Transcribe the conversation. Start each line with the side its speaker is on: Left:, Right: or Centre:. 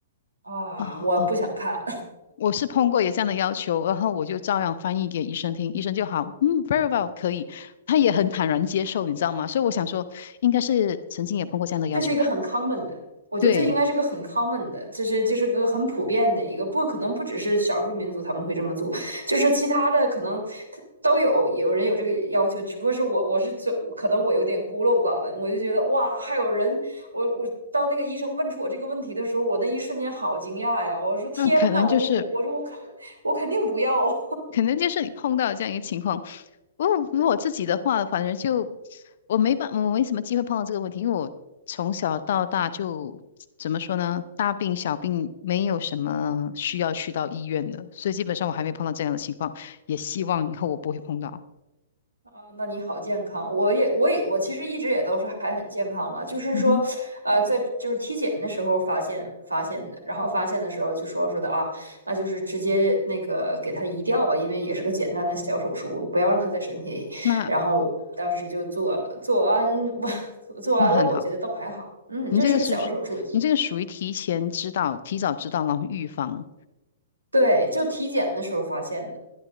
Right: 啊，
Left: 哦哦，
Right: 我不想看。
Left: 我是碰过有这样的要求，然后我就照样翻译给医生听，医生就好，嗯，very well，可以，他也很坦然接受，你知道吗？所以我想说，应该是曾经也碰过这样的要求吧？
Right: 这是一个很 common 的，我觉得这应该是个很
Left: 对，
Right: common 的，就是就是个很普遍的一个，不可能不只是少数民族他们会这么做，就是其他的可能都有有人有这个要求，只不过是我我是就可能我有点孤陋寡闻，我就觉得哇，还有人，我我到那个医生问出我这个问题的时候，我那一瞬间好惊讶呀，我说天呐，
Left: 那可能就是，
Right: 我说我我说我肯我肯定不要啊，
Left: 可能就是你碰到这样一个情况。我如果自己的话，反正就我没办，我没什么机会碰到这个问题，因为我从小到大就怎么说呢，大病小病没有什么需要去到医院的，所以基本上我还没碰到这样的情况，也希望以后我不会碰到。
Right: 啊，那你好健康，我也，我也，我其实一直也都是还很健康了，就是说，
Left: 嗯哼。
Right: 呃，在就是体检的时候发现发现的，然后发现的时候就说说的啊，那就是直接那个给他移掉吧，因为也是个简单的小手术，不要让他在身体里，
Left: 那
Right: 然后当时就做了，做完我 <laughs> 做完了，
Left: 那很好，
Right: 我觉得倒还好，嗯，
Left: 你这个是
Right: 就是个小手术，
Left: 你这个属于提前知道、提早知道，然后预防。
Right: 对，就体检的时候发现的，